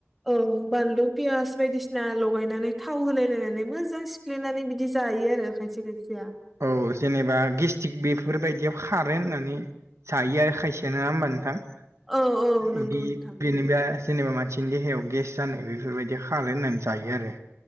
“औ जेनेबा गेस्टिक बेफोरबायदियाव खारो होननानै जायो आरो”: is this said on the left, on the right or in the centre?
Right